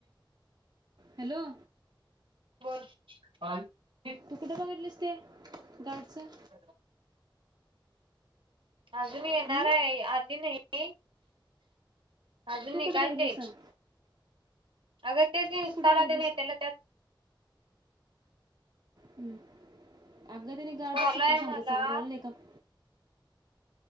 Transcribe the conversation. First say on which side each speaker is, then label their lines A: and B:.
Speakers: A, on the right; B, on the right.
A: हॅलो!
B: बोल. आणि
A: तू कुठं बघितलीस ते? गार्डचं.
B: तितचं. अजून येणार
A: हं?
B: हाय, आली नाही. आजुन
A: तू
B: निघायची
A: कुठं बघितलीस
B: हाय.
A: सांग
B: आग तेच की इंस्टा
A: तू कुठं
B: ला
A: बघितलीस
B: तेन येत्यालं त्यात.
A: हम्म, अगं तनी गार्ड
B: फॉलो
A: शिको
B: आहे मला
A: सांगत्यात सगळं कोणाला लेकक